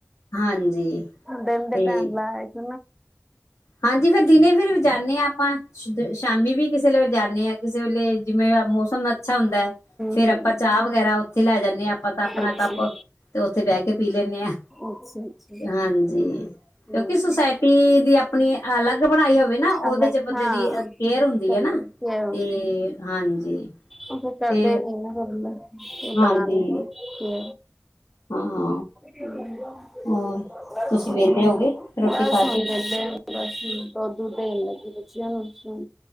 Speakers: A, on the left; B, in the centre.
A: ਹਾਂਜੀ।
B: ਦਿਨ ਦੇ
A: ਤੇ
B: ਟਾਈਮ ਲ ਆਕ
A: ਹਾਂਜੀ। ਫੇਰ ਦਿਨੇ ਫਿਰ ਜਾਂਦੇ ਹਾਂ ਆਪਾਂ। ਸ਼ਾਮੀ ਵੀ ਕਿਸੇ ਵੇਲੇ ਜਾਂਦੇ ਹਾਂ, ਕਿਸੇ ਵੇਲੇ ਜਿਵੇਂ ਮੌਸਮ ਅੱਛਾ ਹੁੰਦਾ। ਫੇਰ
B: ਹੂੰ
A: ਆਪਾਂ ਚਾਹ ਵਗੈਰਾ ਉੱਥੇ ਲੈ ਜਾਂਦੇ ਹਾਂ ਆਪਾਂ ਤਾਂ ਆਪਣਾ
B: ਅੱਛਾ
A: ਕੱਪ ਤੇ ਉੱਥੇ ਬਹਿ ਕੇ ਪੀ ਲੈਂਦੇ ਹਾਂ।
B: ਅੱਛਾ ਅੱਛਾ
A: ਹਾਂਜੀ।
B: ਹੂੰ
A: ਕਿਉਂਕਿ ਸੁਸਾਇਟੀ ਦੀ ਆਪ ਆਪਣੀ ਅਲੱਗ ਬਣਾਈ ਹੋਵੇ। ਨਾ ਉਹਦੇ
B: ਅਲੱਗ
A: ਚ' ਬੰਦੇ
B: ਹਾਂ
A: ਦੀ ਕੇਅਰ ਹੁੰਦੀ
B: ਸਹੀ
A: ਹੈ ਨਾ।
B: ਗੱਲ ਕੇਅਰ ਹੁੰਦੀ
A: ਤੇ ਹਾਂਜੀ।
B: ਉਹ ਫਿਰ ਕਰਦੇ
A: ਤੇ
B: ਵੀ ਨਾ ਫਿਰ,
A: ਹਾਂਜੀ
B: ਲਗਾਨ ਕੀ।
A: ਹਾਂ।
B: ਹਮ,
A: ਹੋਰ
B: ਬਸ
A: ਤੁਸੀਂ
B: ਹੁਣ
A: ਵਿਹਲੇ
B: ਵੇਹਲੇ ਹਾਂ।
A: ਹੋ ਗਏ ਰੋਟੀ ਖਾ ਕੇ
B: ਬਸ ਹੁਣ ਦੁਧ- ਦੁਧ ਦੇਨ ਲੱਗੀ ਬੱਚੇ ਹੁਣ। ਸੂੰ